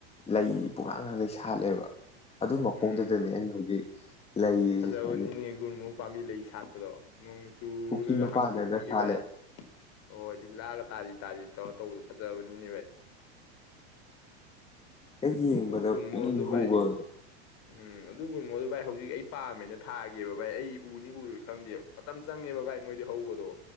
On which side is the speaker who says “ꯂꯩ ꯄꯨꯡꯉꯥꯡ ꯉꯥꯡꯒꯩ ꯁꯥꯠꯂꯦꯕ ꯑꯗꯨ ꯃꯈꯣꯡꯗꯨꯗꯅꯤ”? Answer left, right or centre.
Left